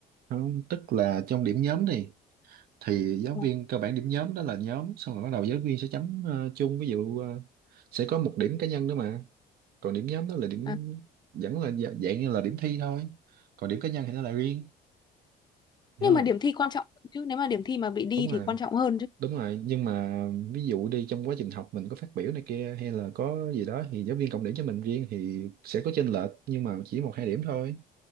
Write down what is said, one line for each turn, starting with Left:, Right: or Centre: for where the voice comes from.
Right: không, tức là trong điểm nhóm đi thì giáo
Left: Vâng.
Right: viên cơ bản điểm nhóm đó là nhóm xong rồi bắt đầu giáo viên sẽ chấm ờ, chung ví dụ ờ, sẽ có một điểm cá nhân nữa mà còn điểm nhóm đó là điểm
Left: À.
Right: vẫn là dạ- dạng như là điểm thi thôi còn điểm cá nhân thì nó là riêng hiểu
Left: nhưng
Right: không
Left: mà điểm thi quan trọng hơn chứ nếu mà điểm thi mà bị đi
Right: đúng rồi
Left: thì quan trọng hơn chứ
Right: đúng rồi nhưng mà ví dụ đi trong quá trình học mình có phát biểu này kia hay là có gì đó thì giáo viên cộng điểm cho mình riêng thì sẽ có chênh lệch nhưng mà chỉ một hai điểm thôi